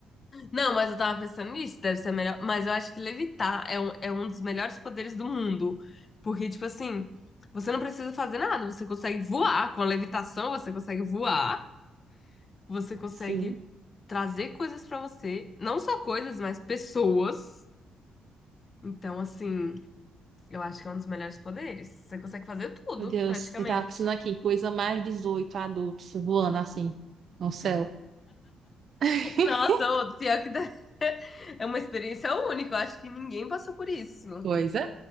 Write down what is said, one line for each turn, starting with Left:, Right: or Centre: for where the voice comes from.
Left: Não, mas eu tava pensando nisso, deve ser melhor. Mas eu acho que levitar é um, é um dos melhores poderes do mundo. Porque, tipo assim, você não precisa fazer nada, você consegue voar. Com a levitação, você consegue voar, você consegue
Right: sim.
Left: trazer coisas pra você. Não só coisas, mas pessoas. Então, assim, eu acho que é um dos melhores poderes. Você consegue fazer tudo,
Right: Meu Deus,
Left: praticamente.
Right: eu tava pensando aqui, coisa mais 18 adultos voando assim no céu. <laughs>
Left: Nossa, ô, pior que dá- <laughs> é uma experiência única. Eu acho que ninguém passou por isso.
Right: Pois é.